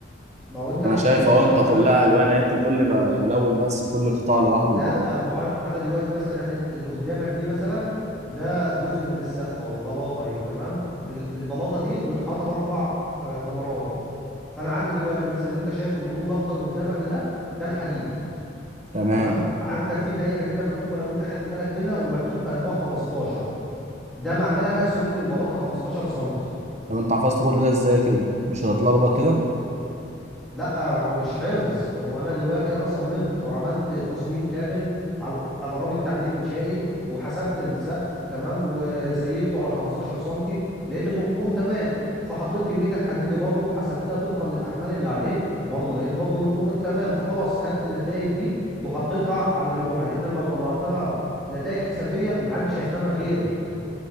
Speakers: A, in the centre; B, on the right.
A: ما هو انت مش
B: انا شايف
A: هتفهم
B: اهو انت
A: انا
B: كلها الوان اهي، انت بتقول لي بلون بس كل قطاع لوحده
A: لا
B: وخلاص
A: آه، ما هو انا أنا دلوقتي مثلا يعني اللي قدامك دي مثلا ده جزء من السقف اهو بلاطه اهي تمام ال- البلاطه دي متحاطه باربع آه، كمرات فانا عندي دلوقتي مثلا اللي انت شايفه باللون الاخضر قدامك ده ده الحديد
B: تمام
A: تمام عندك في دايره كده مكتوبه لو انت خدت بالك منها ومكتوب في قلبها 15 ده معناها سمك البلاطه 15 سم
B: طب انت حفظت كل ده ازاي كده مش هتتلخبط كده
A: لا هو مش حفظ هو انا دلوقتي انا صممت وعملت تصميم كامل على برامج تحليل انشائي وحسبت السقف تمام وسيفته على 15 سنتي لقيت ان اموره تمام فحطيت كميه الحديد دي برضه وحسبتها طبقا للاحمال اللي عليه برضه لقيت برضه ان اموره تمام فخلاص خدت النتائج دي وحطيتها على لوحه لان أنا لو طلعتها نتائج حسابيه محدش هيفهمها غيري